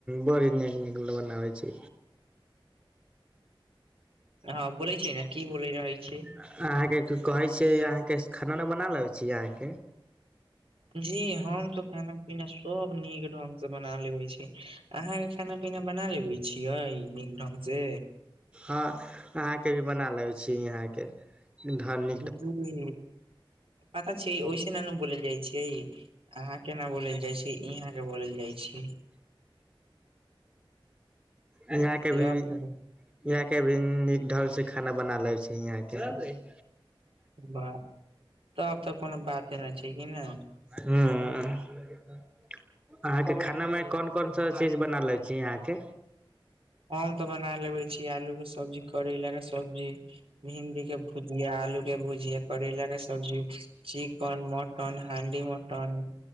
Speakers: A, on the right; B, on the right.
A: बड़ नै निक बनाव छी।
B: हँ बोलै छी ने की बोले रहै छी
A: अहाँके कहै छियै, अहाँके खाना-वाना बना लै छी अहाँके?
B: जी हम तऽ खाना-पीना सभ नीक ढंगसे बना लेबे छियै। अहाँके खाना-पीना बना लेबे छियै नीक ढंगसे?
A: हँ अहाँके भी बना लै छी यहाँके धन्य!
B: जी पता छै <unintelligible> ओहिस न बोल जाइ छिय अहाँ केना बोलैल जाइ छी, इहाँके बोलेल जाइ छी
A: यहाँके भी <unintelligible>
B: अब
A: यहाँ के भी नीक ढंगसे खाना बना ले छै यहाँके
B: बा तब तऽ कोनो बाते नहि छै कि ने!?
A: हँ अहाँके खानामे कोन-कोन सा चीज बना ले छी अहाँके?
B: हम तऽ बना लेबे छी आलूके सब्जी, करैलाके सब्जी भिंडीके भुजिया, आलूके भुजिया, करैलाके सब्जी चिकन, मटन, हंडी-मटन